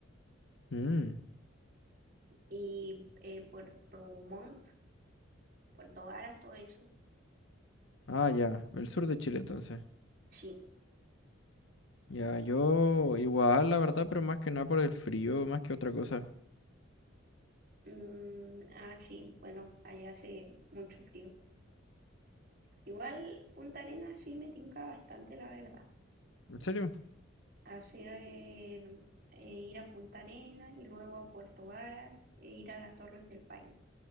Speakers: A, on the left; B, on the right.
A: Mm.
B: y eh, Puerto Montt, Puerto Varas, todo eso.
A: Ah, ya, el sur de Chile entonces.
B: Sí.
A: Ya, yo igual, la verdad, pero más que nada por el frío, más que otra cosa.
B: Mm, ah, sí, bueno, allá hace mucho frío. Igual Punta Arenas sí me tinca bastante, la verdad.
A: ¿En serio?
B: Hacer eh, ir a Punta Arenas y luego a Puerto Varas e ir a las Torres del Paine.